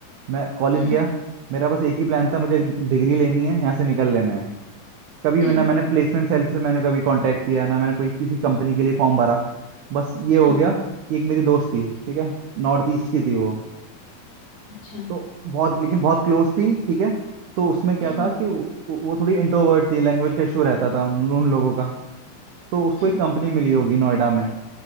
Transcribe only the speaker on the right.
मैं कॉलेज
गया मेरा बस एक ही प्लान था मुझे डिग्री लेनी है यहाँ से निकल लेना है कभी
मैंने मैंने प्लेसमेंट सेल से मैंने कभी कांटेक्ट किया ना मैंने कोई किसी कंपनी के लिए फॉर्म भरा बस ये हो
गया कि एक मेरी दोस्त थी ठीक है नॉर्थ ईस्ट की थी वो
तो बहुत लेकिन बहुत क्लोज थी ठीक है तो उसमें क्या
था कि वो, वो थोड़ी इंट्रोवर्ट थी लैंग्वेज का इशू रहता था उन, उन लोगों का तो उसको
एक कंपनी मिली होगी नोएडा में